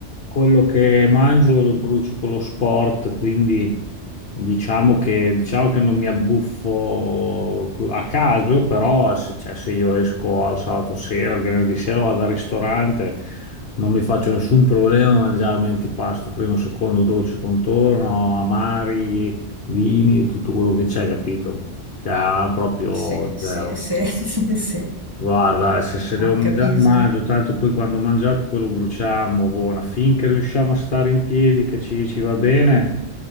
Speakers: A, on the left (about 55°); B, on the right (about 20°).
A: quello che mangio lo brucio con lo sport, quindi diciamo che, diciamo che non mi abbuffo cu- a caso, però se, cioè, se io esco al sabato sera, al venerdì sera vado al ristorante, non mi faccio nessun problema a mangiarmi antipasto, primo, secondo, dolce contorno, amari, vini, tutto quello che c'è, capito? Cioè, proprio
B: Sì, sì,
A: zero.
B: sì, <laughs> sì, sì.
A: Guarda, eh, se, se devo
B: No,
A: mangiare,
B: capisco.
A: mangio, tanto poi quando ho mangiato poi lo bruciamo, buona, finché riusciamo a stare in piedi, che ci, ci va bene,